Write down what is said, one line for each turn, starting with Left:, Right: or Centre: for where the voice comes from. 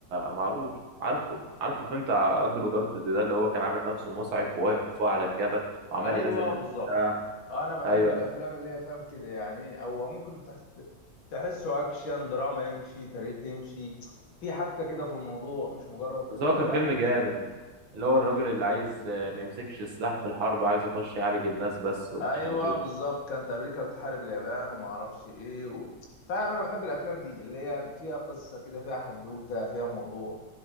Right: معروف عارفه عارفه الفيلم بتاع اندرو جارفيلد ده اللي هو كان عامل نفسه مسعف وواقف فوق على الجبل وعمال
Left: ايوه
Right: ينزل الناس.
Left: بالظبط
Right: آه.
Left: انا بحب
Right: ايوه
Left: الافلام اللي هي فاهم كده يعني هو ممكن تحس تحسه اكشن دراما يمشي تاريخ يمشي في حبكه كده في الموضوع مش مجرد
Right: بس
Left: كده
Right: هو كان
Left: فاهم
Right: فيلم جامد
Left: كده
Right: اللي هو الراجل اللي عايز آه، ما يمسكش سلاح في الحرب عايز يخش يعالج الناس بس ومش
Left: ايوه
Right: عارف ايه وكده
Left: بالظبط كانت امريكا بتحارب اليابان وما اعرفش ايه و... فاهم انا بحب الافلام دي اللي هي فيها قصه كده فيها حدوته فيها موضوع